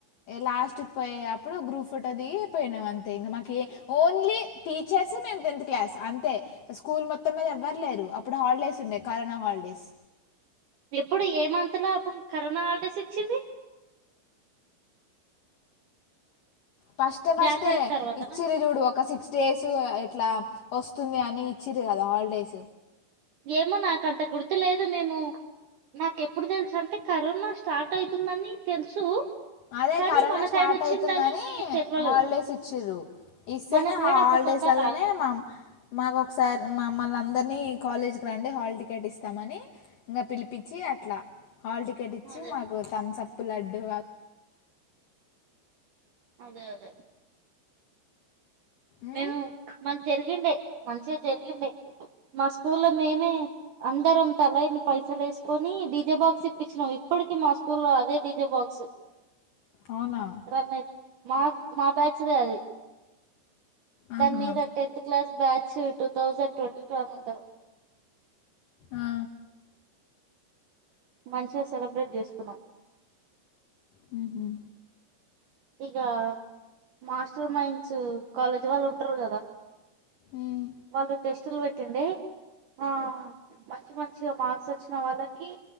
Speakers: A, on the left; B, on the right.
A: లాస్ట్కి పోయేయప్ ఇప్పుడు గ్రూప్ ఫోటో దిగి పోయినాం అంతే ఇగా. మాకే ఓన్లీ టీచర్స్ మేము టెన్త్ క్లాస్ అంతే. స్కూల్ మొత్తం మీద ఎవ్వరులేరు అప్పుడు హాలిడేస్ ఉండే కరోనా హాలిడేస్
B: ఎప్పుడు ఏ మంత్లో అప్పుడు కరోనా హాలిడస్ ఇచ్చింది
A: ఫస్ట్ ఫస్ట్
B: జనవరి తర్వాతనా
A: ఇచ్చిరు చూడు ఒక సిక్స్ డేస్ ఎట్లా వస్తుంది అని ఇచ్చిరూ కదా హాలిడేస్
B: ఏమో నాకంత గుర్తు లేదు మేము నాకు ఎప్పుడు తెలుసు అంటే కరోనా స్టార్ట్ అవుతుందని తెలుసు
A: అదే
B: కానీ
A: కరోనా
B: మన
A: స్టార్ట్
B: సైడ్ వచ్చిందని
A: అవుతుందని
B: తెలవలేదు
A: హాలిడేస్ ఇచ్చిరు ఇస్తేనే
B: మన సైడ్
A: హాల
B: అంత తొందర
A: డేస్ వల్లనే
B: రాలే
A: మాకు ఒకసారి మమ్మల్ అందరినీ కాలేజ్కి రండి హాల్ టికెట్ ఇస్తామని ఇంకా పిలిపించి అట్లా హాల్ టికెట్ ఇచ్చి
B: అదే
A: మాకు తంసప్పు లడ్డు
B: అదే అదే
A: ఉమ్,
B: మేము మాకు జరిగిండే మంచిగా జరిగిండే మా స్కూల్ లో మేమే అందరం తలని పైసలు వేసుకొని డిజే బాక్స్ ఇప్పించినాం ఇప్పడకీ మా స్కూల్లో అదే డిజే బాక్స్
A: అవునా
B: రామేర్ మాక్ మా బ్యాచ్దే అది.
A: ఆహా
B: దాని మీద tenth class batch two thousand twenty two అనుడాద్
A: ఆ ఆ
B: మంచిగా సెలబ్రేట్ చేసుకున్నాం.
A: హుహూ
B: ఇగా మాస్టర్ మైండ్స్ కాలేజీ వాళ్ళు ఉంటారు కదా
A: ఉమ్,
B: వాళ్ళు టెస్టులు పెట్టుండే ఆ ఆ మంచి మంచిగా మార్క్స్ వచ్చిన వాళ్ళకి